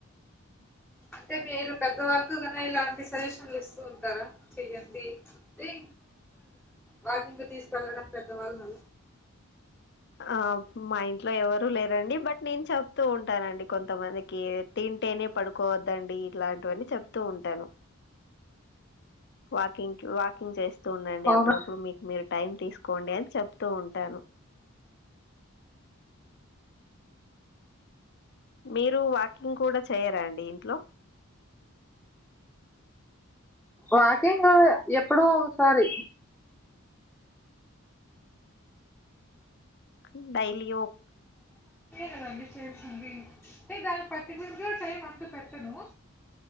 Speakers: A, in the centre; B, on the left.
A: అంటే మీరు పెద్ద వరకు క ఇలాంటి సజెషన్లు ఇస్తూ ఉంటారా చెయయండి చయి వాకింక తీసుకెళ్ళడం పెద్దవాళ్ళు
B: ఆ మా ఇంట్లో ఎవరుూ లేరండి బట్ నేను చెప్తూ ఉంటానండి కొంతమందికి తింటే న పడుకోవద్దండి ఇట్లాంటివన్నీ చెప్తూ ఉంటాను వాకింగ్ వాకింగ్ చేస్తూ ఉండండి
A: అవును
B: అప్పుడప్పుడు మీకు మీరు టైమ్ తీసుకు కోండి అని చెప్తూ ఉంటాను మీరు వాకింగ్ కూడా చేయరాా అండి ఇంట్లో
A: వాకేం కా ఎప్పుడు ఒకసారి
B: ఉడైలీ యిక్
A: కదంీ చేసింది న దానికి పర్టికులర్గా టైం అంత పెట్టను